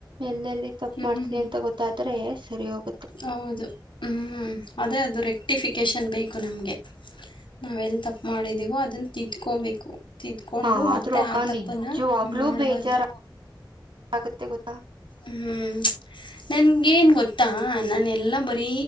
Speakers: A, on the right; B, on the left.
A: ಎಲ್ಲೆಲ್ಲಿ ತಪ್ಪು
B: ಹ್ಮ್
A: ಮಾಡ್ತೀನಿ ಅಂತ ಗೊತ್ತ್ ತದ್ರೆ ಸರಿಯೋಗ್
B: ಹೌದು ಹ್ಮ್ ಅದೇ ಅದು ರೆಕ್ಟಿಫಿಕೇಶನ್ ಬೇಕು ನಮ್ಗೆ ನಾವೆಲ್ ತಪ್ಪ ಮಾಡಿದೀವೋ ಅದನ್ನ ತಿಂದ್ಕೋಬೇಕು ತಿದ್ಕೊಂಡು
A: ಆದ್ರೂ
B: ಮತ್ತೆ
A: ಅಕ್ಕ
B: ಆ ತಪ್ಪನ
A: ನಿಜವಾಗ್ಲೂ
B: ಮಾಡಬಾರು
A: ಬೇಜಾರ ಆಗತ್ತೆ ಗೊತ್ತಾ
B: ಹ್ಮ್ ನನ್ಗೇನ್ ಗೊತ್ತಾ ಹಾಂ ನಾನು ಎಲ್ಲ ಬರೀ